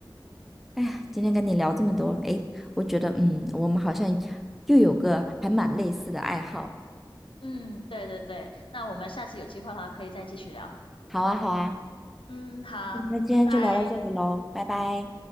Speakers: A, in the centre; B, on the left.
A: 哎呀，今天跟你聊这么多，哎，我觉得嗯，我们好像又有个还蛮类似的爱好。
B: 嗯，对对对。那我们下次有机会的话，可以再继续聊。
A: 好啊，好啊，
B: 嗯，好，
A: 那今天就聊到这里喽，
B: 拜拜。
A: 拜拜。